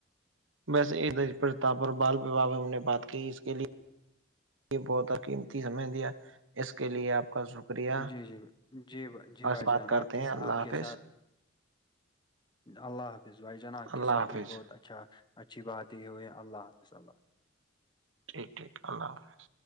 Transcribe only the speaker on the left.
جی جیھ جی جی
بھائی
جان
آپ کےھ
آپ کے
ساتھ اللہ حافظ بھائی جناب
کے ساتھ
بھی بہت اچھا اچھا اچھی بات ہی ہو ہے اللہ حافظ اللہ